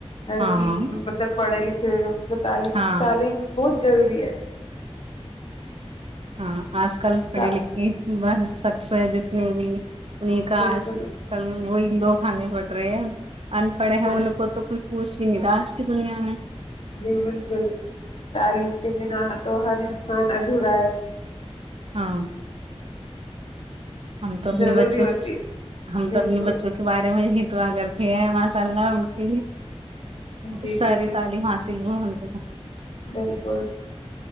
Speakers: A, on the left; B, on the right.
A: ہر
B: ہاں
A: چیز مطلب پڑھے لکھے پ پتالیس
B: ہاں
A: ستالیس بہت ضروری ہے
B: ہاں آج کل پڑھی
A: تا-
B: لکھی بس سکس جتنی بھی انہیں کا
A: بالکل
B: آج کل وہی دو ک ہانگ پٹرے ان پڑھے ہیں
A: بالکل
B: ان کو تو کوئی پوچھ ج میراش کی دنیا میں
A: جی بالکل تعلیم کے بنا تو ہر انسان ادھورا ہے
B: ہاں ہم تو اپنے
A: ضروری
B: بچوں
A: ہوتی ہے
B: ہم
A: بالکل
B: تو اپنے بچوں کے بارے میں یہ دعا کرتی ہیں ماشاء اللہ ان کی
A: جی
B: اس سارے
A: بالکل
B: تعلیم حاصل ہو ا
A: بالکل